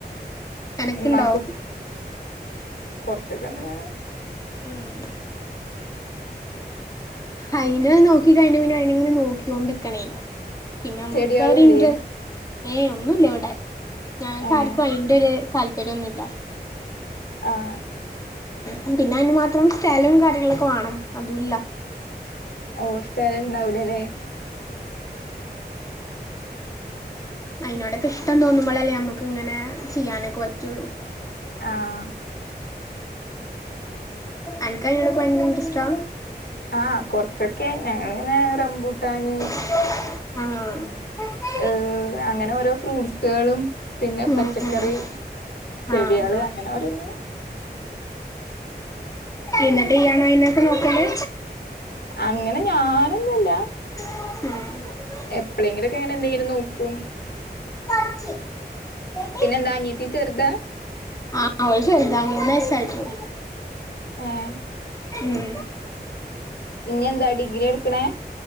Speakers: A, on the left; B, on the left.
A: അനക്ക്
B: ഉമ്മാക്കും
A: ഉണ്ടോ
B: ചഖങ്ങേ
A: ഉം അയിന് നോക്കിഴ പിന്നെ അയിന് ഇങ്ങനെ നോക്കിണ്ടിക്കണേ പിന്നെ നമ്മക്കരുണ്ട്
B: ചെടികളും ഇല്ലേ
A: ഏയ് ഒന്നുമില്ല ഇവിടെ ഞങ്ങക്ക
B: ഏഹ്
A: ആർക്കും അയിന്റെ ഒരു താല്പര്യംന്നുമല്ല
B: ആഹ്
A: ഉം പിന്നെ അതിന് മാത്രം സ്ഥലവും കാര്യങ്ങളൊക്കെ വിണം അതുല്ല
B: ഓഹ് സ്ഥലണ്ടാവൂലല്ലേ
A: ഉം അയിനോടൊക്കെ ഇഷ്ടം തോന്നുമ്പളല്ലേ നമ്മക്ക് ഇങ്ങനെ ചെയ്യാനൊക്കെ പറ്റൊള്ളൂ
B: ആഹ്
A: അൻക്ക് അയിനോടോക്കെ ഭയങ്കര ഇന്റട്രസ്റ്റാ
B: ആഹ് കൊറ്ച്ചൊക്കെ ഞങ്ങള്ങ്ങനെ റംബൂട്ടാന്
A: ആഹ്
B: ഏഹ് അങ്ങനെ ഓരോ ഫ്രൂട്സ്കളും പിന്നെ
A: ഉം
B: പച്ചക്കറി
A: ഉം
B: ചെടിയേള്
A: ആഹ് ആഹ്
B: അങ്ങനെ ഓരോന്ന്
A: ഇന്ന്ട്ട് ഈയ്യാണോ അയിനൊക്കെ നോക്കല്
B: അങ്ങനെ ഞാനൊന്നു അല്ല
A: ഉം
B: എപ്പളേങ്കിലൊക്കെ എങ്ങനെ എന്തെങ്കിലും നോക്കും
A: പഞ്ച് എ <inaudible>
B: പിന്നെന്താ അനിയത്തി ചെറ്താ?
A: ആഹ് ഓള് ചെറ്താണ് മൂന്നു വയസ്സായിട്ടൊള്ളൂ
B: ഏഹ്
A: ഉം
B: ഇനിയെന്താ ഡിഗ്രിയാ ഇട്ക്ക്ണേ